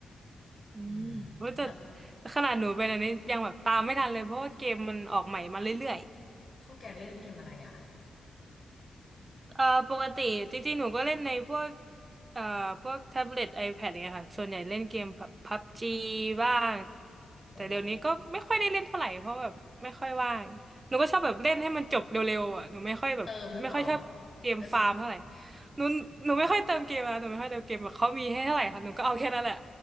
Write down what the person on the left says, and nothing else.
อืมแล้ว
ข้าวแกงเล่นเกมอะไรอ่ะ
โอ้เติมหรือเปล่าแล้ว